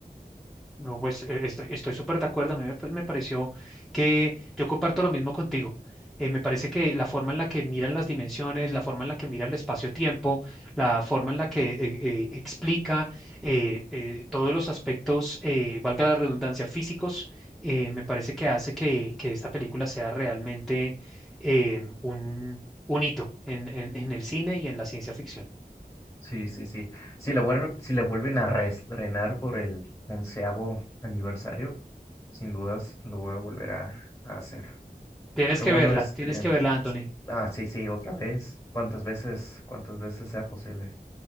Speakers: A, in the centre; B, on the left.
A: No, pues eh, estoy, estoy súper de acuerdo. A mí me, pues, me pareció que yo comparto lo mismo contigo. Eh, me parece que la forma en la que miran las dimensiones, la forma en la que mira el espacio-tiempo, la forma en la que eh, eh, explica eh, eh, todos los aspectos, eh, valga la redundancia, físicos, eh, me parece que hace que, que esta película sea realmente eh, un, un hito en, en en el cine y en la ciencia ficción.
B: Sí, sí, sí. Si la vuelven, si la vuelven a reestrenar por el onceavo aniversario, sin dudas lo voy a volver a, a hacer.
A: Tienes
B: Pero
A: que
B: bueno,
A: verla,
B: este,
A: tienes que verla, Anthony.
B: ah, sí, sí, otra vez, cuántas veces, cuántas veces sea posible.